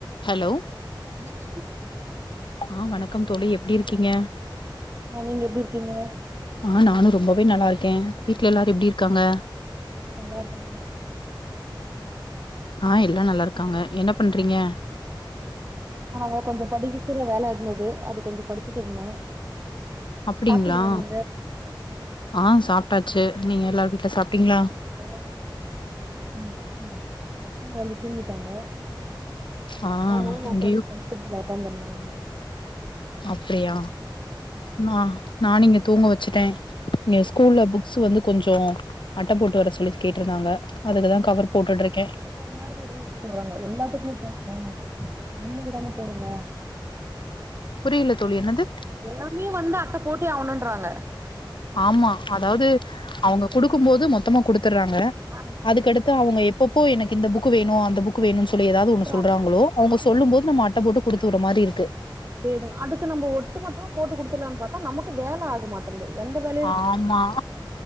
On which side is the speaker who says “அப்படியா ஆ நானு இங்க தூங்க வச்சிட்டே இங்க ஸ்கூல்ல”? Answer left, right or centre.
Left